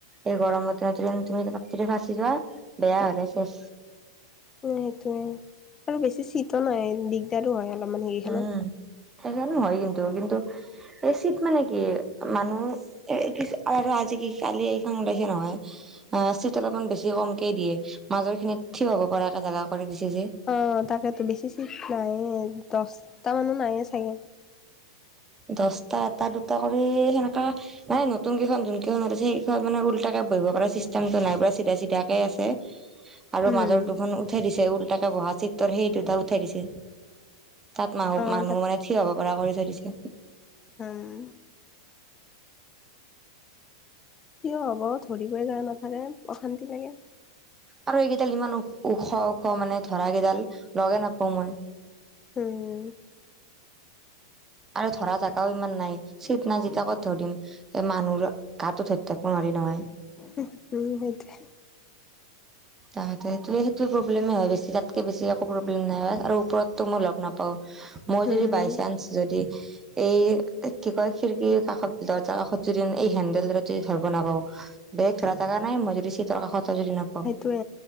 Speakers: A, on the right; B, on the left.
A: এই গৰম দিন কিন্ত তুমি ৰাতিৰে ফাঁচি যোৱা বেয়া হলে চেছ।
B: সেইটোয়ে আৰু বেছি চীতো নাই দিগ দিগদাৰু হয় অলপমান হেৰিখনত।
A: উম, সেইকাৰণে হয় কিন্তু কিন্তু এ চিত মানে কি মানুহ কি আৰু আজি কি কালি এই খন <unintelligible> নহয়। অ, চিট অলপমান বেছি কমকেই দিয়ে মাজৰ খিনিত থঠিক হ'ব পৰা একে জোগা কৰি দিছে যে।
B: অ, তাকেতো বেছি চিট নাইে দহটা মানো নাইে চাগে।
A: দচটা এটা, দুটা কৰি সেনেকা। মানে নতুন কেইখন যোন কেইখনছে সেইকেইখন মানে উলতা কে বহিব পৰা চিষ্টেমটো নাই পুৰা চিধা চিধাকে আছে। আৰু
B: উম।
A: মাজৰ দুখন উঠাই দিছে উলটা বহা চিটৰ সেই দুটা উঠাই দিছে। তাত মানুহ,
B: অ'
A: মানুহ
B: তাত
A: মানে থিয় হ'ব পৰা কৰি থৈ দিছে।
B: হম, কিয় হ'ব ধৰিবই যায় নাথাৰে অশান্তি লাগে।
A: আৰু এইকেইডাল ইমান ওখ ওখ মানে ধৰা কেইডাল লগে নাপাওঁ মই।
B: উম,
A: আৰু ধৰা জেগাও ইমান নাই চিট নাই যেত কত ধৰিম। এ মানুহৰ গাতো ধৰি থাকিব নোৱাৰি নহয়।
B: <unintelligible>
A: তাহঁতে সেইটোৱ সেইটোোৱে প্ৰব্লেমে হয় গৈছে তাতক বেছি একো প্ৰবলেম নাই আৰু ওপৰত। তো, মই লগ নাপাও মই
B: উম,
A: যদি বাই চান্স যদি। এই কি কয় খিৰিকীৰ কাষত দৰজাৰ কাষত যদি এই হেন্দেল যদি ধৰিব নাপাওঁ। বেগ ধৰা জাগা নাই মই যদি চিতৰ কাখত যদি নাপাওঁ।
B: তোৱে,